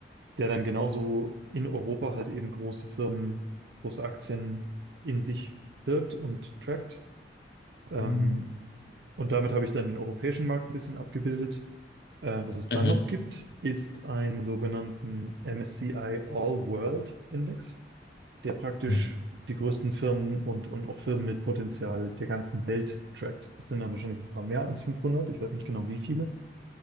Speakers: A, on the right (about 70°); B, on the left (about 65°).
A: der dann genauso in Europa halt eben große Firmen, große Aktien in sich birgt und trackt. Ähm,
B: Mhm.
A: und damit habe ich dann den europäischen Markt ein bisschen abgebildet. Äh, was es
B: Mhm.
A: dann noch gibt, ist einen sogenannten MSCI All World Index der praktisch
B: Mhm.
A: die größten Firmen und, und auch Firmen mit Potenzial der ganzen Welt trackt. Das sind dann wahrscheinlich ein paar mehr als fünfhundert ich weiß nicht genau wie viele,